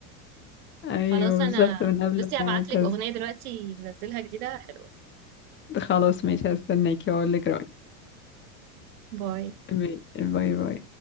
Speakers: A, on the left; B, on the right.
A: ايوه
B: خلاص
A: بالظبط
B: انا
A: من قبل
B: بصي
A: ما
B: هبعت لك
A: تز...
B: اغنيه دلوقتي منزلها جديده حلوه
A: خلاص ماشي هستناكي واقول لك رأيي
B: باي
A: ماشي، باي باي